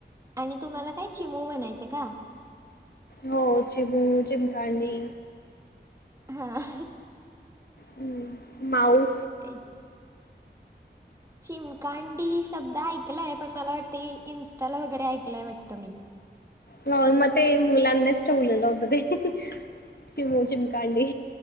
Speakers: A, on the right; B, on the left.
A: आणि तुम्हाला काय चिमू म्हणायचे का?
B: हो चिमू, चिमकांडी.
A: हां.
B: हम् माऊ
A: एक चिमकांडी शब्द ऐकलाय पण मला वाटतं इन्स्टाला वगैरे ऐकलंय वाटतं मी.
B: हो म तेे मुलानीच ठेवलेलं होत ते चिमु, चिमकांडी.